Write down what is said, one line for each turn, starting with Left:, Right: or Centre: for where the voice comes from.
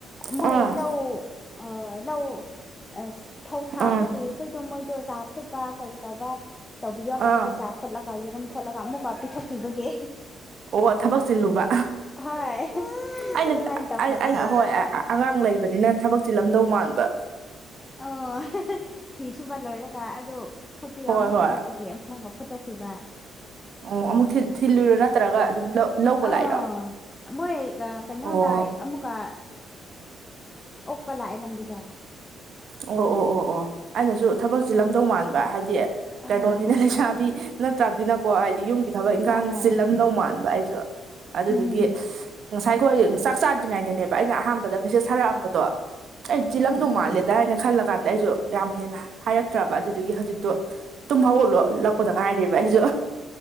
Left: ꯃꯣꯏ
Right: ꯑꯥ
Left: ꯂꯧ ꯑꯥ ꯂꯧ ꯑꯥ ꯐꯧ ꯊꯥꯕꯒꯤ
Right: ꯑꯥ
Left: ꯑꯩꯈꯣꯏꯗꯣ ꯃꯣꯏꯗꯣ ꯆꯥ ꯐꯨꯠꯕ ꯀꯔꯤ ꯇꯧꯕ ꯇꯧꯕꯤꯌꯣ
Right: ꯑꯥ
Left: ꯍꯥꯏꯕꯒꯤ ꯆꯥ ꯐꯣꯠꯂꯒ ꯌꯦꯔꯨꯝ ꯐꯣꯠꯂꯒ ꯑꯃꯨꯛꯀ ꯄꯤꯊꯣꯛꯄꯤꯕꯒꯤ
Right: ꯑꯣ ꯊꯕꯛ ꯆꯤꯜꯂꯨꯕ
Left: ꯍꯣꯏ
Right: ꯑꯩꯅ
Left: ꯑꯗꯨꯃꯥꯏꯅ ꯇꯧꯈ꯭ꯔꯕꯒꯤ
Right: ꯑꯩꯅ ꯍꯣꯏ ꯑꯉꯥꯡ ꯂꯩꯕꯅꯤꯅ ꯊꯕꯛ ꯆꯤꯜꯂꯝꯗꯧ ꯃꯥꯟꯕ
Left: ꯑꯣ ꯐꯤ ꯁꯨꯕ ꯂꯣꯏꯔꯒ ꯑꯗꯨ ꯐꯣꯠꯄꯤꯌꯣ
Right: ꯍꯣꯏ
Left: ꯑꯃꯨꯛ
Right: ꯍꯣꯏ
Left: ꯍꯥꯏꯔꯛꯄꯒꯤ ꯑꯃꯨꯛꯒ ꯐꯨꯠꯇꯣꯛꯄꯤꯕ
Right: ꯑꯣ ꯑꯃꯨꯛ ꯊꯤꯜꯂꯨꯢꯔ ꯅꯠꯇ꯭ꯔꯒ ꯑꯗꯨꯝ ꯂꯧꯕ
Left: ꯑꯥ
Right: ꯂꯥꯛꯏꯔꯣ
Left: ꯃꯣꯏ ꯀꯩꯅꯣꯅ
Right: ꯑꯣ
Left: ꯑꯃꯨꯛ ꯑꯃꯨꯛꯒ ꯑꯣꯛꯄ ꯂꯥꯛꯑꯦ ꯂꯝꯕꯤꯗ
Right: ꯑꯣ ꯑꯣ ꯑꯣ ꯑꯣ ꯑꯩꯅꯁꯨ ꯊꯕꯛ ꯆꯤꯟꯂꯝꯗꯧ ꯃꯥꯟꯕ ꯍꯥꯏꯗꯤ
Left: ꯑꯥ
Right: ꯀꯩꯅꯣꯅꯤꯅ ꯂꯩꯁꯥꯕꯤ ꯅꯠꯇ꯭ꯔꯕꯅꯤꯅꯀꯣ ꯍꯥꯏꯗꯤ ꯌꯨꯝꯒꯤ ꯊꯕꯛ ꯏꯟꯈꯥꯡ
Left: ꯍꯣꯏ
Right: ꯆꯤꯜꯂꯝꯗꯧ ꯃꯥꯟꯕ ꯑꯩꯁꯨ ꯑꯗꯨꯗꯨꯒꯤ
Left: ꯎꯝ
Right: ꯉꯁꯥꯏꯈꯣꯏ ꯆꯥꯛ ꯆꯥꯗ꯭ꯔꯤꯉꯩꯗꯅꯦꯕ ꯑꯩꯅ ꯑꯍꯥꯟꯕꯗ ꯃꯤꯁꯦꯁ ꯊꯔꯛꯑꯝꯕꯗꯣ ꯑꯩ ꯆꯤꯜꯂꯝꯗꯧ
Left: ꯎꯝ ꯎꯝ
Right: ꯃꯥꯜꯂꯦꯗꯅ ꯈꯜꯂ ꯀꯥꯟꯗ ꯑꯩꯁꯨ ꯌꯥꯝ ꯍꯦꯟꯅ ꯍꯥꯏꯔꯛꯇ꯭ꯔꯕ ꯑꯗꯨꯗꯨꯒꯤ ꯍꯧꯖꯤꯛꯇꯣ ꯇꯨꯝ ꯍꯧꯒꯠꯂꯛꯄꯗ ꯉꯥꯢꯔꯤꯕ ꯑꯩꯁꯨ